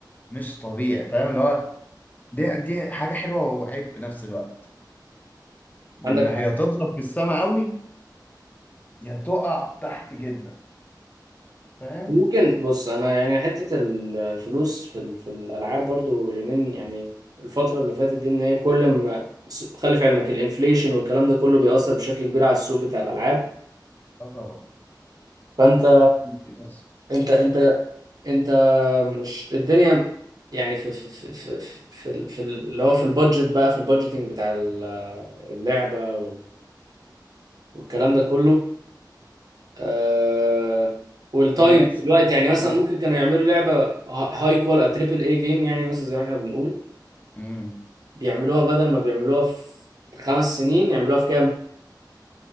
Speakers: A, on the left; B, on the right.
A: مش طبيعي فاهم اللي هو دي دي حاجه حلوه وعيب في نفس الوقت لان
B: عندك
A: هي تضرب في السماء قوي يا تقع تحت جدا فاهم
B: ممكن بص انا يعني حته الفلوس في ال- في الالعاب برضو اليومين يعني الفتره اللي فاتت دي ان هي كل ما خلي في علمك الانفليشن والكلام ده كله بيأثر بشكل كبير على السوق بتاع الالعاب
A: اه طبعا
B: فانت
A: بيأثر
B: انت انت انت مش الدنيا يعني في في في في في, ال- في ال- اللي هو في البادجت بقى في البادجتنج بتاع ال- اللعبه وال- والكلام ده كله آه، والتايم
A: بيأثر
B: دلوقتي
A: بس
B: يعني مثلا
A: برضه.
B: ممكن كانوا يعملوا لعبه هاي كوال تريبل اي جيم يعني مثلا زي ما احنا بنقول
A: امم
B: بيعملوها بدل ما بيعملوها في خمس سنين يعملوها في كام؟